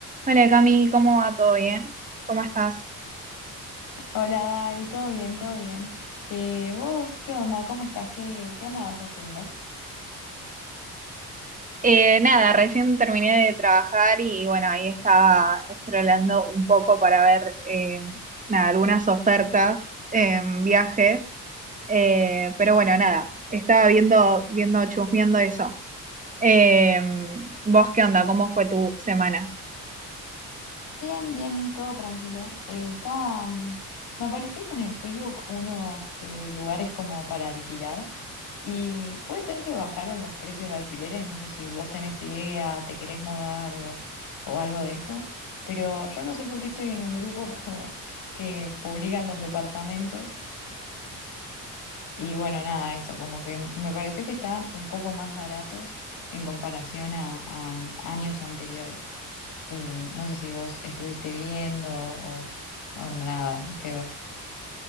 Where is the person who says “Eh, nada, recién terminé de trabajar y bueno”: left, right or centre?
Right